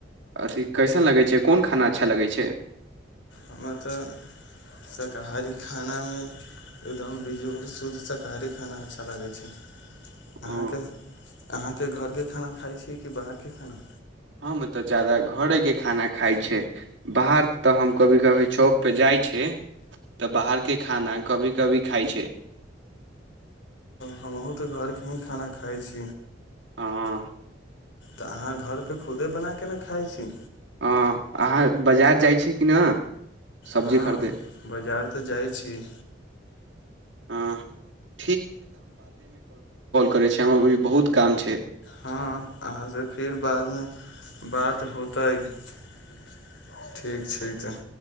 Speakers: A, on the right; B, on the left.
A: अथि कैसन लगै छै। कोन खाना अच्छा लगै छै।
B: हमर तऽ शाकाहारी खानामे एकदम बिजोड़ सूध सक <unintelligible>
A: ओ
B: ते घरके खाना खाइ छी कि बाहरके खाना
A: हम तऽ जदाा घरेके खाना खाइ छै। बाहर तऽ हम कभी कभी चौकपर जाइ छी तऽ बाहरके खाना कभी कभी खाइ छै।
B: हमहुँ तऽ घर के ही खाना खाइ छी
A: हँ
B: तऽ अहाँ घरपे खुदे बना के ने खाइ छी
A: हँ अहाँ बाजार जाइ छीै कि नहि सब्जी
B: हँ
A: खरिदे
B: बाजार तऽ जाइ छीिय
A: ह करै छी हमरा अभी बहुत काम छै
B: हँ अहाँ से फिर बादमे बात होतै ठीक छै तऽ